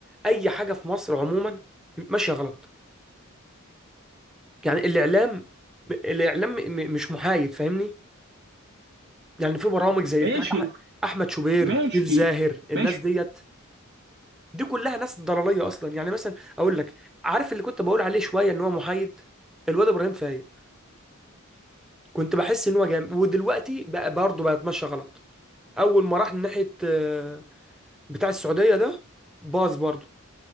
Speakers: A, in the centre; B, on the right.
A: اي حاجه في مصر عموما ماشيه غلط يعني الاعلام الاعلام م- م- مش محايد فاهمني يعني في برامج زي
B: ماشي
A: بتاعت أح- احمد شوبير
B: ماشي
A: سيف زاهر الناس
B: ماشي
A: ديت دي كلها ناس ضلاليه اصلا يعني مثلا اقول لك عارف اللي كنت بقول عليه شويه ان هو محايد الواد ابراهيم فايق كنت بحس ان هو جامد ودلوقتي بقى برضه بقى اتمشى غلط اول ما راح ناحيه آه، بتاع السعوديه ده باظ برضه